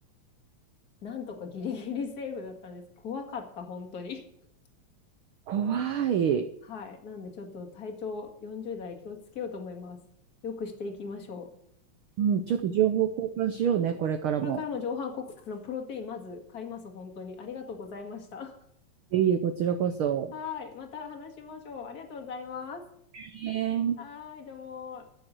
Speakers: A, on the left; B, on the right.
A: なんとかギリギリセーフだったんです。怖かった、本当に。<laughs>
B: 怖い。
A: はい。なんで、ちょっと体調40代気をつけようと思います。よくしていきましょう。
B: うん、ちょっと情報交換しようね、これからも。
A: これからも上半国、あの、プロテインまず買います、本当に。ありがとうございました。
B: いえいえ、こちらこそ。
A: はい。また話しましょう。ありがとうございます。
B: ねえ
A: はい。どうも。